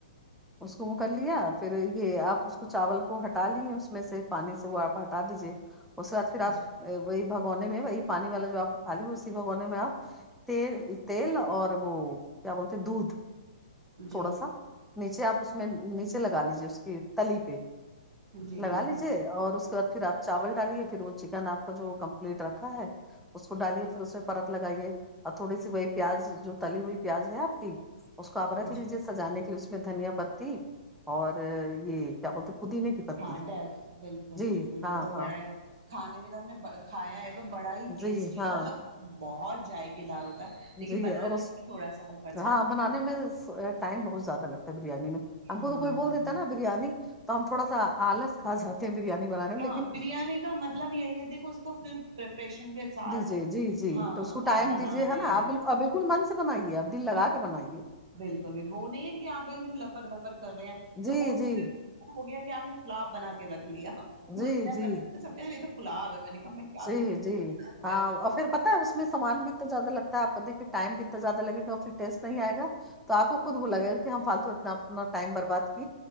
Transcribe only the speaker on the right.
ہے
جی
جی
جی
جی
جی
ماڈال بالکل
بالکل
وہ تو
بڑا ہی کھانے میں تو ہم نے کھایا ہے وہ بڑا ہی
ٹیسٹی
مطلب بہت ذائقے دار ہوتا ہے لیکن
بنانے
سے تھوڑا سا وہ کر
جاتا
ہیں
ہاں
ہاں
بریانی کا مطلب یہی ہے دیک کہ اس کو فھر پریپریشن کے ساتھ
ہاں
آپ بنا
رہے
ہیں
بالکل بھی وہ نہیں ہے کہ آپ اس میں لپڑ دپڑ کر رہے ہیں
تو وہ
ہو گیا کہ آپ نے پلاب بنا کے رکھ لیا
مجھے
ب سب یہ تو پولاو ہے میں نے کہا میں کیا
کروں